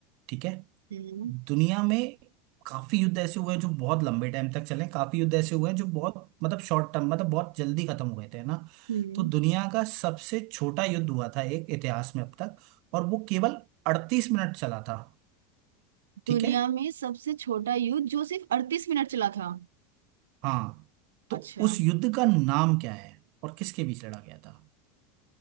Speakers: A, on the right; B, on the right.
A: ठीक है
B: हम्म
A: दुनिया में काफी युद्ध ऐसे हुए हैं जो बहुत लंबे टाइम तक चले काफी युद्ध ऐसे हुए हैं जो बहुत मतलब शॉर्ट टर्म मतलब बहुत जल्दी खत्म हुए थे ना
B: हम्म
A: तो दुनिया का सबसे छोटा युद्ध हुआ था एक इतिहास में अब तक और वो केवल अड़तीस मिनट चला था ठीक
B: दुनिया
A: है
B: में सबसे छोटा युद्ध जो सिर्फ अड़तीस मिनट चला था
A: हाँ
B: अच्छा
A: तो उस युद्ध का नाम क्या है और किसके बीच लड़ा गया था